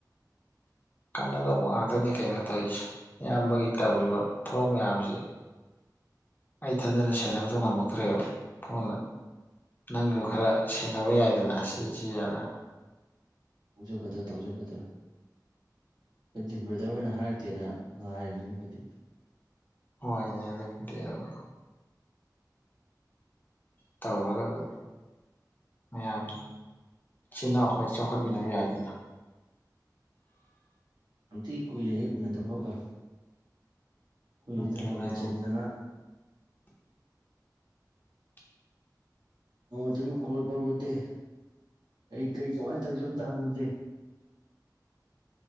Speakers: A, on the left (about 25°); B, on the right (about 80°).
A: ꯀꯅꯗꯧꯕ ꯉꯥꯛꯇꯅꯤ ꯀꯩꯅꯣ ꯇꯧꯔꯤꯁꯦ ꯏꯌꯥꯝꯕꯒꯤ ꯇꯧꯔꯤꯕ ꯊꯕꯛ ꯃꯌꯥꯝꯁꯤ ꯑꯩ ꯏꯊꯟꯗꯅ ꯁꯦꯟꯅꯕꯗꯣ ꯉꯝꯃꯛꯇ꯭ꯔꯦꯕ ꯐꯣꯟꯅ ꯅꯪꯁꯨ ꯈꯔ ꯁꯦꯟꯅꯕ ꯌꯥꯏꯗꯅ ꯁꯤ ꯁꯤ ꯌꯥꯅ
B: ꯇꯧꯁꯦ ꯕꯔꯗꯔ ꯇꯧꯁꯦ ꯕꯔꯗꯔ ꯑꯩꯈꯣꯏꯗꯤ ꯕ꯭ꯔꯗꯔ ꯍꯣꯏꯅ ꯍꯥꯏꯔꯛꯇꯦꯅ ꯉꯥꯏꯔꯤꯃꯤꯅꯦ ꯑꯩꯈꯣꯏꯗꯤ
A: ꯍꯣꯏꯅꯦ ꯑꯗꯨꯗꯤꯕ ꯇꯧꯒꯗꯣ <unintelligible> ꯃꯌꯥꯝ ꯆꯤꯟ ꯏꯅꯥꯎ ꯑꯩꯈꯣꯏ ꯆꯥꯎꯈꯠꯃꯤꯟꯅꯕ ꯌꯥꯏꯗ
B: ꯌꯥꯝ ꯊꯤ ꯀꯨꯏꯔꯦꯍꯦ ꯎꯅꯗꯕꯒ ꯑꯩꯈꯣꯏꯁꯨ
A: ꯑꯗꯨꯅꯦ
B: ꯊꯕꯛ ꯌꯦꯡꯆꯟꯗꯅ
A: <inaudible>
B: ꯅꯣꯡꯃꯇꯁꯨ ꯀꯣꯜ ꯇꯧꯔꯨꯗꯦ ꯀꯩ ꯀꯩ ꯀꯃꯥꯏꯟ ꯇꯧꯔꯤꯁꯨ ꯑꯝꯇ ꯍꯪꯉꯨꯗꯦ